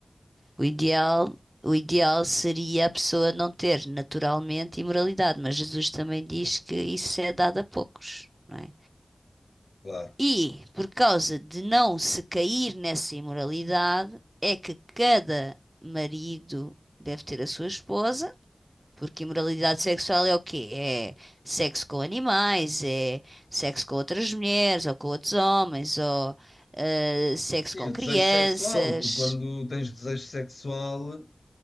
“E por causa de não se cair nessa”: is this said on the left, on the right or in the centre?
Right